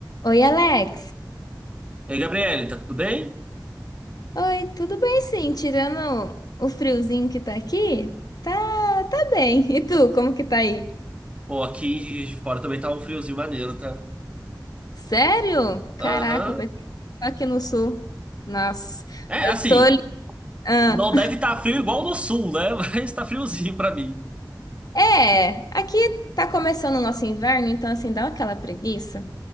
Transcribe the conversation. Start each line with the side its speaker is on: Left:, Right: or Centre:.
Left: Oi, Alex.
Right: E aí, Gabriele, tá tudo bem?
Left: Oi, tudo bem sim, tirando o friozinho que tá aqui? Tá, tá bem. E tu, como que tá aí?
Right: Pô, aqui em Juiz de fora também tá um friozinho maneiro, tá?
Left: Sério? Caraca,
Right: Aham.
Left: eu pensei que só aqui no sul. Nossa,
Right: É,
Left: eu
Right: assim,
Left: tô. li- Ah.
Right: não deve estar frio igual no sul, né? <laughs> Mas tá friozinho pra mim.
Left: É, aqui tá começando o nosso inverno, então assim, dá aquela preguiça.